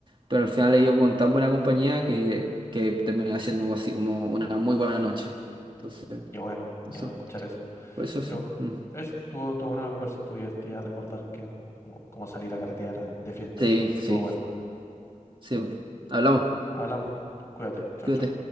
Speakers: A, on the right; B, on the left.
A: pero al final he ido con tan buena compañía que, que termina siendo así como una muy buena noche. Entonces,
B: Mm, Qué bueno, qué
A: eso,
B: bueno escuchar eso.
A: por eso
B: Pero
A: sí. Mm.
B: eso, estuvo, estuvo buena la conversa, estuvo divertida recordar que como, como salir a carretear a- de fiestas,
A: Sí,
B: estuvo, estuvo
A: sí,
B: bueno.
A: sí. Hablamos,
B: Hablamos, cuídate, chao,
A: cuídate.
B: chao.